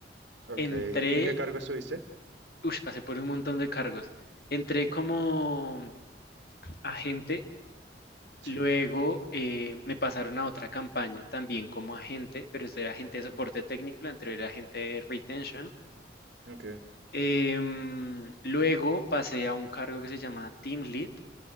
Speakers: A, on the right; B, on the left.
A: Ok.
B: Entré,
A: ¿Y en qué cargo estuviste?
B: uff, pasé por un montón de cargos. Entré como agente,
A: Sí.
B: luego eh, me pasaron a otra campaña también como agente, pero este era agente
A: Ujú.
B: de soporte técnico, la anterior era agente de retention
A: Ok,
B: Em, luego pasé a un cargo que se llama Team Lead.